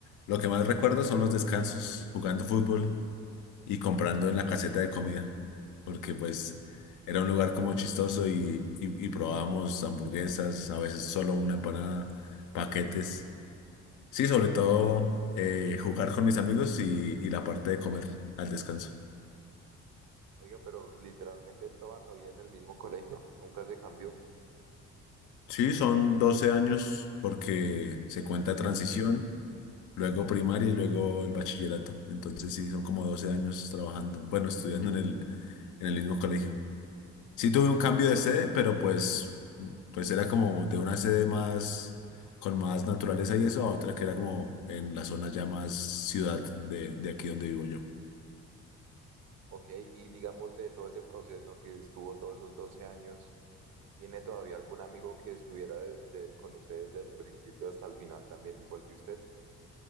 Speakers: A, on the left; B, on the right.
A: Lo que más recuerdo son los descansos jugando fútbol y comprando en la caseta de comida, porque pues era un lugar como chistoso y, y, y probábamos hamburguesas, a veces solo una empanada, paquetes. Sí, sobre todo eh, jugar con mis amigos y, y la parte de comer al descanso.
B: Oiga, pero literalmente toda la vida en el mismo colegio, nunca se cambió.
A: Sí, son 12 años porque se cuenta transición,
B: Uf.
A: luego primaria y luego el bachillerato. Entonces sí, son como 12 años trabajando, bueno, estudiando en el, en el mismo colegio. Sí tuve un cambio de sede, pero pues, pues era como de una sede más, con más naturaleza y eso, a otra que era como en la zona ya más ciudad de, de aquí donde vivo yo.
B: Ok, y digamos de todo ese proceso que estuvo todos esos 12 años, ¿tiene todavía algún amigo que estuviera desde, con usted desde el principio hasta el final también, igual que usted?